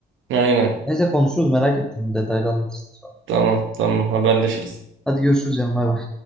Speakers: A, on the right; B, in the centre.
A: Aynen.
B: Neyse konuşuruz merak ettim. Detaylı anlatırsın sonra.
A: Tamam tamam haberleşiriz.
B: Hadi görüşürüz canım. Bay bay.